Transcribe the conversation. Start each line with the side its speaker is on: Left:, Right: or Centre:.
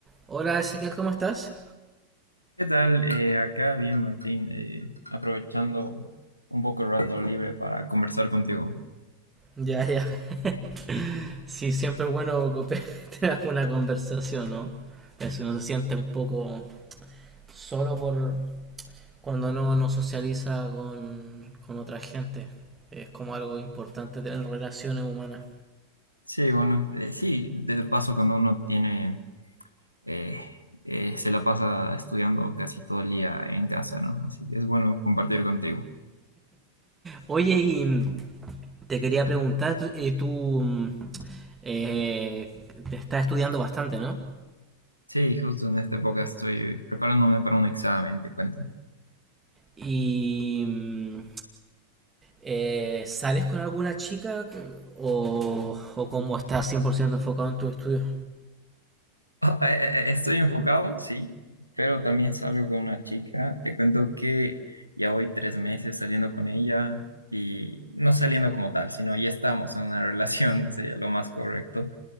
Right: Hola Ezequiel, ¿cómo estás?
Left: ¿Qué tal? Eh, acá bien, Martín, eh, aprovechando un poco el rato libre para conversar contigo.
Right: Ya, ya. <laughs> Sí, siempre es bueno cope- <laughs> tener una conversación, ¿no? Eh, Si uno se siente un poco solo por cuando no, no socializa con, con otra gente. Es como algo importante tener relaciones humanas.
Left: Sí, bueno, eh, sí, de de paso cuando uno tiene, eh, eh, se la pasa estudiando casi todo el día en casa, ¿no? Así que es bueno compartir contigo.
Right: Oye, y mm, te quería preguntar, tú, eh, tú, mm, eh, te estás estudiando bastante, ¿no?
Left: Sí, justo en esta época estoy preparándome para un examen, te cuento.
Right: Y mm, Eh, ¿sales con alguna chica que- o, o cómo estás 100% enfocado en tu estudio?
Left: <laughs> Ah, eh, eh, Estoy enfocado, sí, pero también salgo con una chica. Te cuento que ya voy tres meses saliendo con ella y no saliendo como tal, sino ya estamos en una relación, <laughs> sería lo más correcto.